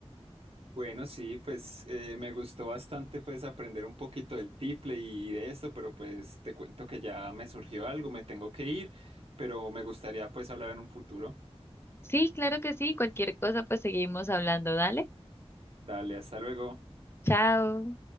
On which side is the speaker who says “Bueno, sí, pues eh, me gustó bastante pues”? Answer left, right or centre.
Right